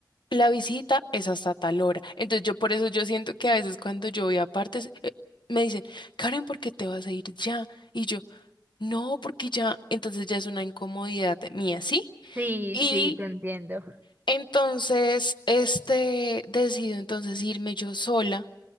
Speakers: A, on the left (about 80°); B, on the right (about 25°).
A: la visita es hasta tal hora. Entonces, yo por eso yo siento que a veces cuando yo voy a partes, eh, me dicen, Karen, ¿por qué te vas a ir ya? Y yo, no, porque ya, entonces ya es una incomodidad mía, ¿sí?
B: Sí,
A: y
B: sí, te entiendo.
A: Entonces, este, decido entonces irme yo sola